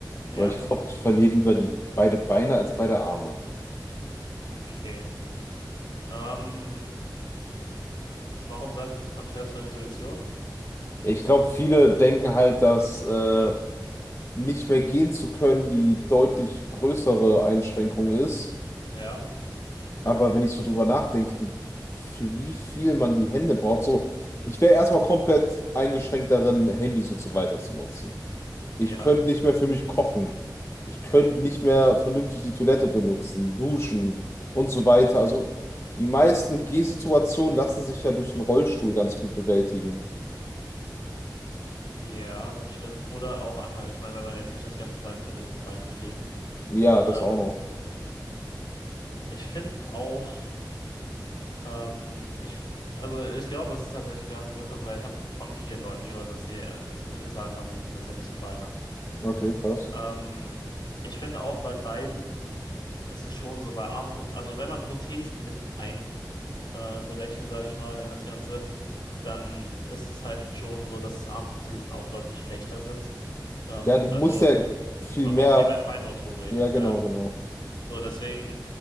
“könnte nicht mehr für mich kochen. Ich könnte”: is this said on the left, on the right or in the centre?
Left